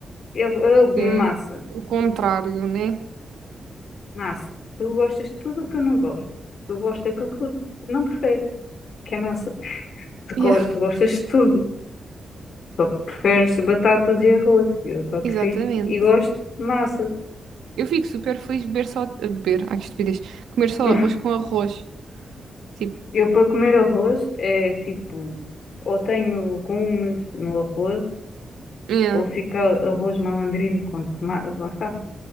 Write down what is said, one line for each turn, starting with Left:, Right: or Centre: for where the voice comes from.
Left: Eu, eu, massa,
Right: É O contrário, né?
Left: massa. Tu gostas de tudo o que eu não gosto. Tu gostas daquilo que eu não prefiro, que é massa. Tu, go-
Right: Yeah,
Left: tu gostas de tudo. Só preferes batatas e arroz. Eu só prefiro
Right: <laughs> exatamente.
Left: e gosto de massa.
Right: Eu fico super feliz de beber só. a Beber, ai que estupidez. Comer só
Left: <laughs>
Right: arroz com arroz. Tipo,
Left: Eu para comer arroz é tipo, ou tenho legumes no arroz,
Right: yeah.
Left: ou fica arroz malandrino com tomate, lá está,